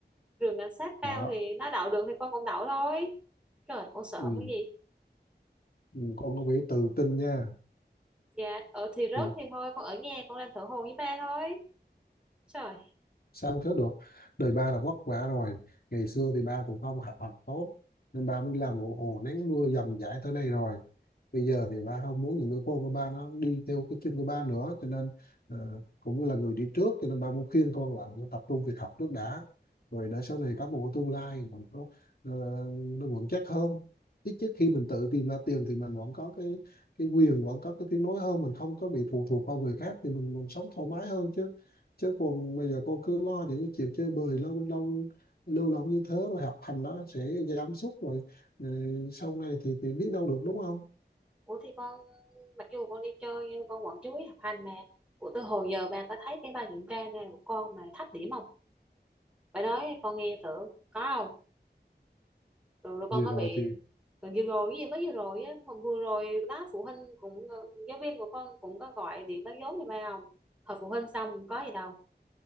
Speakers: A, in the centre; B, on the left.
A: trường cảnh sát cao
B: đó
A: thì nó đậu được thì con cũng đậu thôi trời con sợ
B: ừ.
A: cái gì
B: Ừ, con có phải tự tin nha
A: Dạ, ở thì rớt
B: Rồi
A: thì thôi, con ở nhà con lên thở hồ với ba thôi. Trời,
B: sang thế đột, đời ba là vất vả rồi ngày xưa thì ba cũng không học hành tốt nên ba mới làm ồ ồ nắng mưa dầm dãi tới đây rồi bây giờ thì ba không muốn những đứa con của ba nó đi theo cái chân của ba nữa cho nên ờ, cũng như là người đi trước cho nên ba muốn khuyên con là tập trung việc học trước đã rồi để sau này có một cái tương lai còn có, ờ, nó vững chắc hơn ít nhất khi mình tự tìm ra tiền thì mình vẫn có cái cái quyền vẫn có cái tiếng nói hơn mình không có bị phụ thuộc vào người khác thì mình, mình sống thoải mái hơn chứ chứ còn bây giờ cô cứ lo những cái chuyện chơi bời lâu lâu lưu lộng như thế rồi học hành nó sẽ giảm sút rồi, rồi sau này thì thì biết đâu được đúng không
A: ủa thì con mặc dù con đi chơi nhưng con vẫn chú ý học hành mà. Ủa từ hồi giờ ba có thấy cái bài kiểm tra này của con mà thấp điểm không? Bài đó con nghe thử có không? Rồi, rồi con
B: vừa
A: có
B: rồi
A: bị
B: thì
A: rồi vừa rồi cái gì mới vừa rồi á, hôm vừa rồi đó phụ huynh cũng ờ, giáo viên của con cũng có gọi điện báo dấu như ba không? Hồi phụ huynh xong có gì đâu.